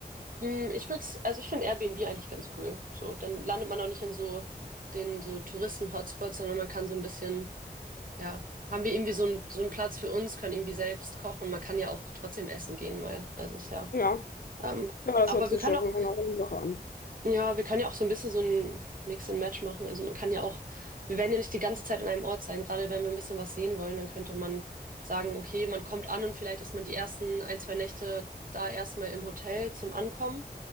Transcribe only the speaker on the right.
mh, ich würde, also ich finde Airbnb eigentlich ganz cool. So, dann landet man auch nicht in so den so Touristen-Hotspots, sondern man kann so ein bisschen, ja, haben wir irgendwie so, ein, so einen Platz für uns, können irgendwie selbst kochen. Man kann ja auch trotzdem essen gehen mal. Also ist ja,
ähm,
aber
wir können
auch
Ja, wir können ja auch so ein bisschen so ein Mix and Match machen. Also man kann ja auch, wir werden ja nicht die ganze Zeit an einem Ort sein. Gerade wenn wir ein bisschen was sehen wollen, dann könnte man sagen, okay, man kommt an und vielleicht ist man die ersten ein, zwei Nächte da erstmal im Hotel zum Ankommen